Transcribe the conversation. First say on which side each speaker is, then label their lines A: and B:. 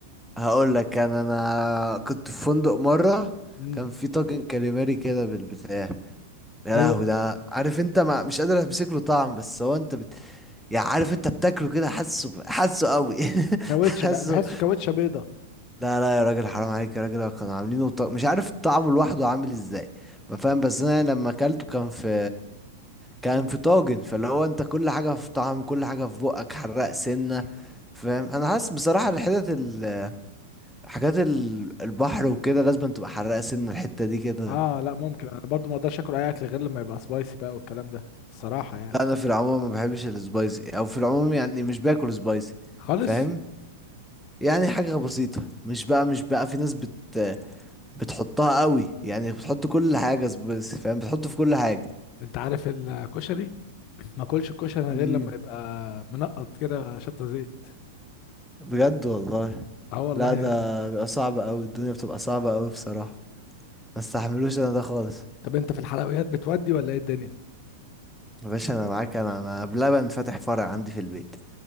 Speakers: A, in the centre; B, on the left.
A: هقول لك انا انا كنت في فندق مره
B: امم
A: كان في طاجن كاليماري كده بالبتاع يا
B: ايوه
A: لهوي ده عارف انت ما مش قادر امسك له طعم بس هو انت بت... يعني عارف انت بتاكله كده حاسه ب- حاسه قوي <laughs>
B: كاوتشه
A: حاسه
B: بقى بحسه كاوتشه بيضه
A: لا لا يا راجل حرام عليك يا راجل كانوا عاملينه بط... مش عارف طعمه لوحده عامل ازاي ما فاهم بس انا لما اكلته كان في كان في طاجن فاللي هو انت كل حاجه في طعم كل حاجه في بقك حراق سنه فاهم انا حاسس بصراحه الحتت ال... حاجات ال... البحر وكده لازم تبقى حراقه سنه الحته دي كده
B: اه لا ممكن انا برضو ما اقدرش اكل اي اكل غير لما يبقى سبايسي بقى والكلام ده الصراحه يعني
A: لا انا في العموم ما بحبش السبايسي او في العموم يعني مش باكل سبايسي
B: خالص
A: فاهم يعني حاجه بسيطه مش بقى مش بقى في ناس بت بتحطها قوي يعني بتحط كل حاجه سبايسي فاهم بتحط في كل حاجه
B: انت عارف الكشري ما اكلش الكشري
A: امم
B: غير لما يبقى منقط كده شطه زيت
A: بجد والله
B: اه والله
A: لا
B: يا
A: ده
B: ابني
A: بيبقى صعب قوي الدنيا بتبقى صعبه قوي بصراحه ما استحملوش انا ده خالص
B: طب انت في الحلويات بتودي ولا ايه الدنيا
A: يا باشا انا معاك انا انا بلبن فاتح فرع عندي في البيت